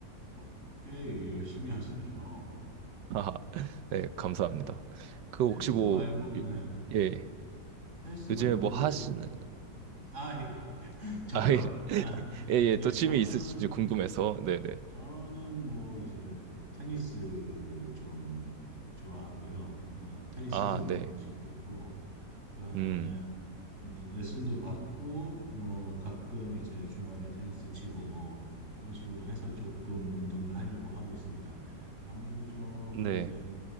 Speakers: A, on the right; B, on the right.
A: 와, 꽤 열심히 하시네요.
B: <laughs> 네, 감사합니다. 그
A: 헬스
B: 혹시 뭐
A: 말고,
B: 이-
A: 네.
B: 예,
A: 헬스 말고도
B: 요즘에 뭐 하시는
A: 또, 네.
B: <laughs>
A: 아, 예. 저요.
B: 아, 예,
A: 아,
B: 예, 예,
A: 예,
B: 또 취미
A: 저는,
B: 있으신지 궁금해서. 네, 네.
A: 저는 뭐 이제 테니스 좀 좋아하고요. 어, 테니스
B: 아,
A: 좀
B: 네.
A: 치고 있고, 그다음에
B: 음.
A: 레슨도 받고, 뭐 가끔 이제 주말에 테니스 치고 뭐 이런 식으로 해서 조금 운동을 하려고 하고 있습니다. 아무래도 조금
B: 네.
A: 이제